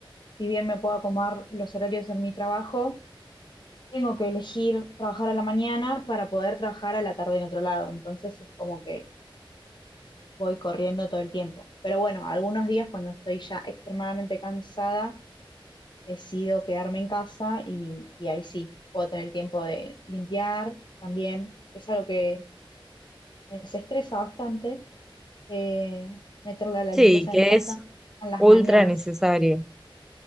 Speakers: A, on the left; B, in the centre.
A: si bien me puedo acomodar los horarios en mi trabajo, tengo que elegir trabajar a la mañana para poder trabajar a la tarde en otro lado. Entonces es como que voy corriendo todo el tiempo. Pero bueno, algunos días cuando estoy ya extremadamente cansada, decido quedarme en casa y, y ahí sí, puedo tener el tiempo de limpiar también. que Es algo que me desestresa bastante, eh, meterle a la
B: Sí,
A: limpieza
B: que
A: de mi casa
B: es
A: en las
B: ultra
A: mañanas,
B: necesario.